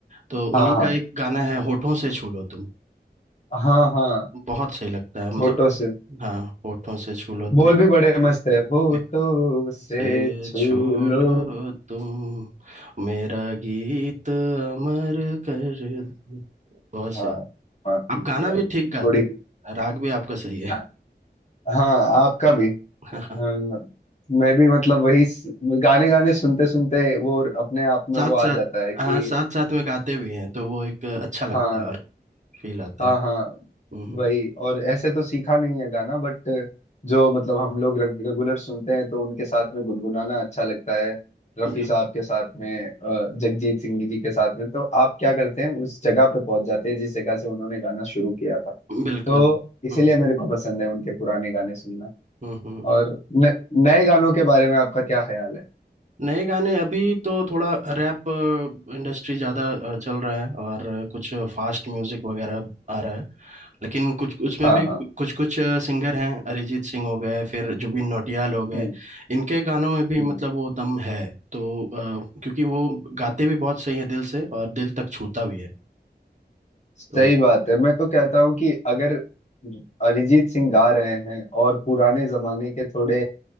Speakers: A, on the right (about 45°); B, on the left (about 40°).
A: तो
B: हाँ
A: उन्हीं
B: हाँ
A: का एक गाना है होठों से छू लो तुम
B: हाँ हाँ
A: बहुत सही लगता है मतलब
B: होठों से
A: हाँ होठों से छू लो तुम
B: बोल भी बड़े मस्त है होठों
A: मे-
B: से
A: से
B: छू
A: छू
B: लो
A: लो तुम मेरा गीत अमर कर दो बहुत सही
B: हाँ माफ
A: आप
B: कीजिएगा
A: गाना
B: थोड़ी
A: भी ठीक गाते हैं राग भी आपका सही है
B: हाँ हाँ, आपका भी
A: <laughs>
B: अ,
A: हाँ
B: मैं भी मतलब वही स- गाने गाने सुनते सुनते वो अपने आप में
A: साथ
B: वो आ
A: साथ
B: जाता है कि
A: हाँ साथ साथ में गाते भी हैं तो वो एक अच्छा लगता
B: हाँ
A: है और फील आता
B: हाँ
A: है
B: हाँ
A: हम्म
B: वही और ऐसे तो सीखा नहीं है गाना बट जो मतलब हम लोग रेग, रेगुलर सुनते हैं तो उनके साथ में गुनगुनाना अच्छा लगता है रफी
A: बिल्कुल
B: साहब के साथ में अ, जगजीत सिंह जी के साथ में तो आप क्या करते हैं उस जगह पे पहुंच जाते हैं जिस जगह से उन्होंने गाना शुरू किया था
A: बिल्कुल
B: तो इसीलिए
A: हम्म
B: मेरे को पसंद है उनके पुराने गाने सुनना
A: हम्म हम्म
B: और न, नए गानों के बारे में आपका क्या ख्याल है
A: नए गाने अभी तो थोड़ा रैप इंडस्ट्री ज़्यादा अ, चल रहा है और अ, कुछ फास्ट म्यूजिक वगैरह आ रहा है लेकिन कुछ उसमें
B: हाँ
A: भी
B: हाँ
A: कुछ कुछ सिंगर हैं अरिजीत सिंह हो गए फिर जुबिन नौटियाल हो गए
B: हम्म
A: इनके गानों में भी
B: हम्म
A: मतलब वो दम है तो अ, क्योंकि वो गाते भी बहुत सही है दिल से और दिल तक छूता भी है
B: सही
A: तो
B: बात है मैं तो कहता हूँ कि अगर अरिजीत सिंह गा रहे हैं और पुराने जमाने के थोड़े